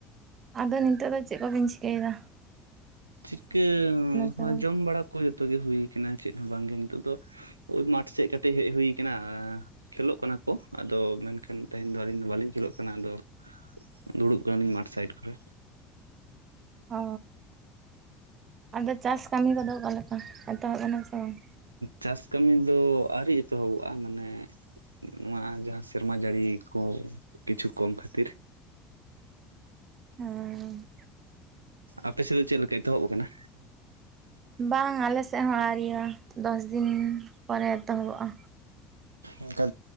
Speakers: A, on the right (about 40°); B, on the right (about 80°).
A: ᱟᱫᱚ ᱱᱤᱛᱚᱜ ᱫᱚ ᱪᱮᱫ ᱠᱚᱵᱤᱱ ᱪᱤᱠᱟᱹᱭ ᱫᱟ᱾
B: ᱪᱤᱠᱟᱹ
A: ᱥᱮ ᱵᱟᱝ
B: ᱡᱚᱢ ᱵᱟᱲᱟ ᱠᱚ ᱡᱚᱛᱚ ᱜᱮ ᱦᱩᱭ ᱟᱠᱟᱱᱟ ᱪᱮᱫ ᱦᱚᱸ ᱵᱟᱝᱜᱮ ᱱᱤᱛᱚᱜ ᱫᱚ᱾ ᱳᱭ ᱢᱟᱴᱷ ᱥᱮᱫ ᱠᱟᱹᱴᱤᱡ ᱦᱮᱡ ᱦᱩᱭ ᱟᱠᱟᱱᱟ ᱟ ᱠᱷᱮᱞᱳᱜ ᱠᱟᱱᱟ ᱠᱚ ᱟᱫᱚ ᱢᱮᱱᱠᱷᱟᱱ ᱛᱮᱦᱮᱧ ᱫᱚ ᱟᱹᱞᱤᱧ ᱫᱚ ᱵᱟᱹᱞᱤᱧ ᱠᱷᱮᱞᱳᱜ ᱠᱟᱱᱟ ᱟᱫᱚ ᱫᱩᱲᱩᱵ ᱠᱟᱱᱟᱞᱤᱧ ᱢᱟᱴᱷ ᱥᱟᱭᱤᱰ ᱠᱚᱨᱮ᱾
A: ᱚ ᱟᱫᱚ ᱪᱟᱥ ᱠᱟᱹᱢᱤ ᱠᱚᱫᱚ ᱚᱠᱟᱞᱮᱠᱟ ᱮᱛᱚᱦᱚᱵ ᱮᱱᱟ ᱥᱮ ᱵᱟᱝ᱾
B: ᱪᱟᱥ ᱠᱟᱹᱢᱤ ᱫᱚ ᱟᱹᱣᱨᱤ ᱮᱛᱚᱦᱚᱵᱚᱜᱼᱟ ᱢᱟᱱᱮ ᱱᱚᱣᱟ ᱡᱟᱦᱟᱸ ᱥᱮᱨᱢᱟ ᱡᱟᱹᱲᱤ ᱠᱚ ᱠᱤᱪᱷᱩ ᱠᱚᱢ ᱠᱷᱟᱹᱛᱤᱨ
A: ᱦᱩᱸ
B: ᱟᱯᱮ ᱥᱮᱫ ᱫᱚ ᱪᱮᱫ ᱞᱮᱠᱟ ᱮᱛᱚᱦᱚᱵ ᱠᱟᱱᱟ
A: ᱵᱟᱝ ᱟᱞᱮ ᱥᱮᱫ ᱦᱚᱸ ᱟᱣᱨᱤᱭᱟ ᱫᱚᱥᱫᱤᱱ ᱯᱚᱨᱮ ᱮᱛᱚᱦᱚᱵᱚᱜᱼᱟ
B: ᱚᱱᱠᱟ